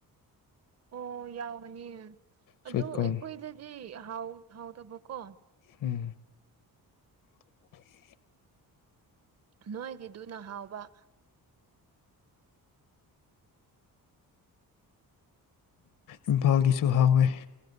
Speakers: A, on the right; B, on the left.
A: ꯑꯣ ꯌꯥꯎꯕꯅꯤ
B: ꯁ꯭ꯋꯤꯠ
A: ꯑꯗꯨ
B: ꯀꯣꯔꯟ
A: ꯑꯩꯈꯣꯏꯗꯗꯤ ꯍꯥꯎ ꯍꯥꯎꯗꯕꯀꯣ꯫
B: ꯎꯝ <inaudible>
A: ꯅꯣꯏꯒꯤꯗꯨꯅ ꯍꯥꯎꯕ꯫
B: ꯏꯝꯐꯥꯜꯒꯤꯁꯨ ꯍꯥꯎꯋꯦ꯫